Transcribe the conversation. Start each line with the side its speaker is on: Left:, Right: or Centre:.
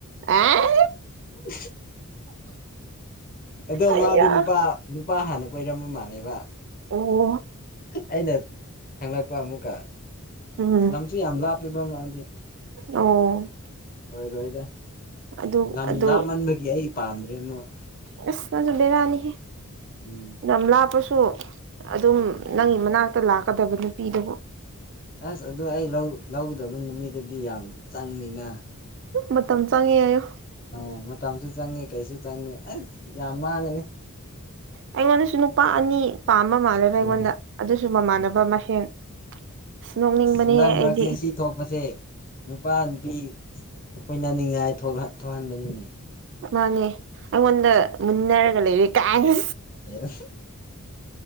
Right: ꯑ
Left: ꯎ ꯑꯗꯣ
Right: ꯑꯌꯥ
Left: ꯃꯥꯗꯣ ꯅꯨꯄꯥ ꯅꯨꯄꯥ ꯍꯥꯟꯅ ꯀꯣꯏꯔꯝꯕ ꯃꯥꯜꯂꯦꯕ
Right: ꯑꯣ
Left: ꯑꯩꯅ ꯈꯪꯂꯛꯄ ꯑꯃꯨꯛꯀ
Right: ꯎꯝ
Left: ꯁꯤ ꯌꯥꯝ ꯂꯥꯞꯄꯦꯕ ꯃꯥꯗꯤ
Right: ꯑꯣ
Left: ꯑꯣꯏꯔꯣꯏꯗ
Right: ꯑꯗꯨ
Left: ꯂꯝ
Right: ꯑꯗꯨ
Left: ꯂꯥꯞꯃꯟꯕꯒꯤ ꯑꯩ ꯄꯥꯝꯗ꯭ꯔꯦ ꯑꯃꯨꯛ
Right: ꯑ ꯑꯗꯨ ꯑꯗꯨ ꯦꯔꯥꯅꯤ ꯍꯦ
Left: ꯎꯝ
Right: ꯅꯝ ꯂꯥꯞꯄꯁꯨ ꯑꯗꯨꯝ ꯅꯪꯒꯤ ꯃꯅꯥꯛꯇ ꯂꯥꯛꯀꯗꯕ ꯅꯨꯄꯤꯗꯨꯕꯨ
Left: ꯑꯁ ꯑꯗꯨ ꯑꯩ ꯂꯧꯒꯗꯕ ꯅꯨꯃꯤꯠꯇꯗꯤ ꯌꯥꯝ ꯆꯪꯉꯅ
Right: ꯃꯇꯝ ꯆꯪꯉꯦ ꯍꯥꯏꯌꯨ
Left: ꯑ ꯃꯇꯝꯁꯨ ꯆꯪꯉꯦ ꯀꯩꯁꯨ ꯆꯪꯉꯦ ꯑꯩ ꯌꯥꯝ ꯃꯥꯡꯉꯅꯤ
Right: ꯑꯩꯉꯣꯟꯗꯁꯨ ꯅꯨꯄꯥ ꯑꯅꯤ ꯄꯥꯝꯕ ꯃꯥꯜꯂꯦꯕ
Left: ꯎꯝ
Right: ꯑꯩꯉꯣꯟꯗ ꯑꯗꯨꯁꯨ ꯃꯃꯥꯟꯅꯕ
Left: ꯎꯝ
Right: ꯃꯁꯦꯟ ꯑꯁ ꯅꯣꯛꯅꯤꯡꯕꯅꯦ
Left: ꯍꯟꯗꯛ ꯃꯔꯛꯁꯦ
Right: ꯑꯩꯗꯤ
Left: ꯁꯤ ꯊꯣꯛꯄꯁꯦ ꯅꯨꯄꯥ ꯅꯨꯄꯤ ꯀꯣꯏꯅꯅꯤꯡꯉꯥꯏ ꯊꯣꯛꯍꯟꯕꯅꯤꯅꯦ
Right: ꯃꯥꯅꯦ ꯑꯩꯉꯣꯟꯗ ꯃꯨꯟꯅꯔꯒ ꯂꯩꯔꯦ ꯀꯥꯏꯅ
Left: ꯍ